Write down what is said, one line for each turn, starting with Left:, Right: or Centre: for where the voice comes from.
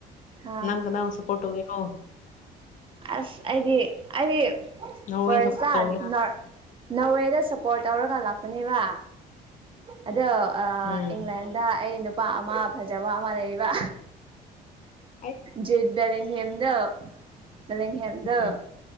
Right: ꯑ
Left: ꯅꯪ ꯀꯅꯥꯕꯨ ꯁꯞꯄꯣꯔꯠ ꯇꯧꯒꯦꯔꯣ
Right: ꯑꯁ ꯑꯩꯗꯤ ꯑꯩꯗꯤ
Left: ꯅꯣꯔꯋꯦ
Right: ꯐꯥꯔꯁꯇ
Left: ꯁꯞꯄꯣꯔꯠ ꯇꯧꯒꯦꯔ
Right: ꯅꯣꯔ ꯅꯣꯔꯋꯦꯗ ꯁꯄꯣꯔꯠ ꯇꯧꯔꯒ ꯂꯥꯛꯄꯅꯦꯕ ꯑꯗꯣ ꯑꯥ
Left: ꯎꯝ
Right: ꯏꯪꯂꯦꯟꯗ ꯑꯩ ꯅꯨꯄꯥ ꯑꯃ ꯐꯖꯕ ꯑꯃ ꯂꯩꯕ
Left: ꯑꯩ
Right: ꯖꯨꯠ ꯕꯂꯦꯡꯍꯦꯝ ꯗꯣ ꯕꯂꯦꯡꯍꯦꯝ ꯑꯗꯨ
Left: ꯎꯝ